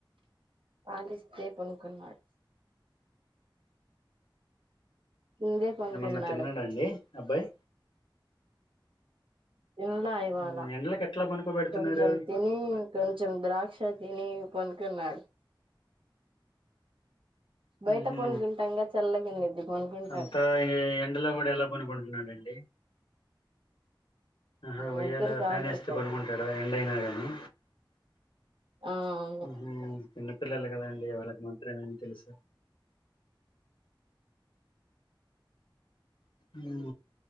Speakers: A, on the right; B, on the left.
A: పాలిస్తే పడుకున్నాడు కిందే పనుకున్నాడు
B: ఏమన్నా తిన్నాడాండి అబ్బాయి
A: నిన్న ఇవాళ
B: ఉమ్, ఎండలకు ఎట్లా పనుకోబెడుతున్నారు
A: కొంచెం తిని కొంచెం ద్రాక్ష తిని పండుకున్నాడు బయట
B: ఉహు
A: పనుకుంటాంగా చల్లగా ఉండిద్ది పనుకుంటాడు
B: అంతా ఎండలో కూడా ఎలా పనుకుంటున్నాడండి ఆహా వెయ్యేలా
A: నిద్దరికి
B: ఫ్యాన్
A: ఆగడు
B: వేస్తే
A: పాపం
B: కొనుకుంటాడా ఎండ్ అయినా కానీ
A: ఆ అవును
B: ఉహు నిన్న పిల్లలని కనే ఇగ వాళ్ళకి మాత్రమేమి తెలుసు ఊ